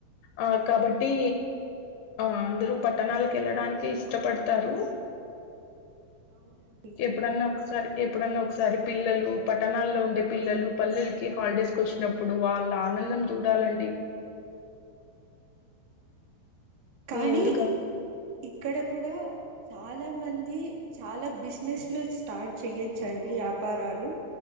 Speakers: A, on the left; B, on the right.
A: ఆ కాబట్టి ఆ అందరూ పట్టణాలకెళ్ళడానికే ఇష్టపడతారు
B: అవునండి
A: ఎప్పుడన్నా ఒకసారి ఎప్పుడన్నా ఒకసారి పిల్లలు పట్టణాల్లో ఉండే పిల్లలు పల్లెలకి హాలిడేస్కి వచ్చినప్ ఇప్పుడు వల్లనందం చూడాలండి
B: కానీ
A: ఎందుక
B: ఇక్కడ కూడా చాలా మంది చాలా బిజినెస్ లు స్టార్ట్ చెయొచ్చండి యాపారాలు